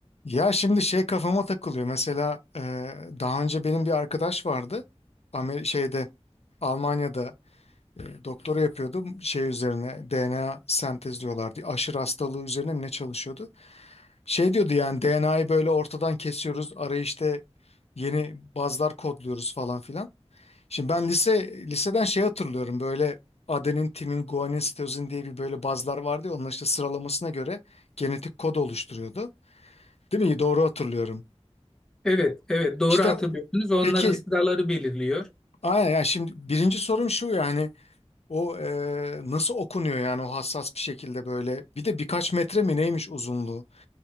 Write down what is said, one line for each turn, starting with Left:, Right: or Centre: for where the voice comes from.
Left: Ya şimdi şey kafama takılıyor. Mesela e, daha önce benim bir arkadaş vardı. Amer şeyde Almanya'da e, doktora yapıyordu. Şey üzerine DNA sentezliyorlardı. Aşırı hastalığı üzerine mi ne çalışıyordu? Şey diyordu yani DNA'yı böyle ortadan kesiyoruz. Araya işte yeni bazlar kodluyoruz falan filan. Şimdi ben lise liseden şey hatırlıyorum böyle adenin, timin, guanin, sitozin diye bir böyle bazlar vardı ya onlar işte sıralamasına göre genetik kod oluşturuyordu. Değil mi? Doğru hatırlıyorum.
Centre: Evet, evet doğru
Left: İşte
Centre: hatırlıyorsunuz.
Left: o-
Centre: Onların
Left: peki
Centre: sıraları belirliyor.
Left: aynen yani şimdi birinci sorum şu yani o e, nasıl okunuyor yani o hassas bir şekilde böyle bir de birkaç metre mi neymiş uzunluğu